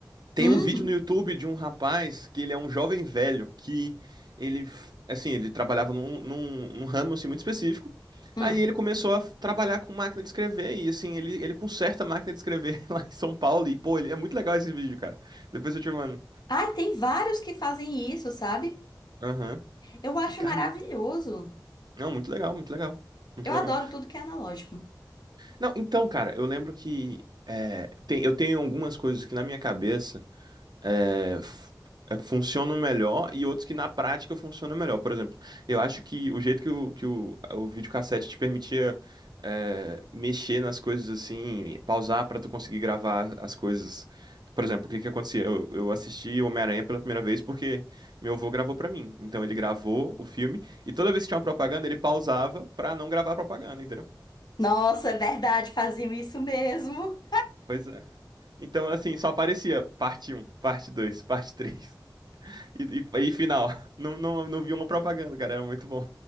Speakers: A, on the right; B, on the left.
A: Tem
B: Uhum.
A: um vídeo no YouTube de um rapaz que ele é um jovem velho que ele, f- assim, ele trabalhava num, num, num ramo assim, muito específico.
B: Hum.
A: Aí ele começou a f- trabalhar com máquina de escrever e assim, ele, ele conserta a máquina de escrever <laughs> lá em São Paulo. E pô, ele, é muito legal esse vídeo, cara. Depois eu te mando.
B: Ai, tem vários que fazem isso, sabe?
A: Aham.
B: Eu acho
A: E cara,
B: maravilhoso.
A: mu- não, muito legal, muito legal. Muito
B: Eu
A: legal.
B: adoro tudo que é analógico.
A: Não, então, cara, eu lembro que é, tem, eu tenho algumas coisas que na minha cabeça. é, f- é, funcionam melhor e outros que na prática funcionam melhor. Por exemplo, eu acho que o jeito que o, que o, o videocassete te permitia é, mexer nas coisas assim, pausar para tu conseguir gravar as coisas. Por exemplo, o que que acontecia? Eu, eu assisti Homem-Aranha pela primeira vez porque meu avô gravou para mim. Então ele gravou o filme e toda vez que tinha uma propaganda ele pausava para não gravar a propaganda, entendeu?
B: Nossa, é verdade, faziam isso mesmo.
A: Pois é. Então, assim, só aparecia parte um, parte 2, <laughs> parte 3. E, e, e final. <laughs> Não, não, não vi uma propaganda, cara. Era muito bom.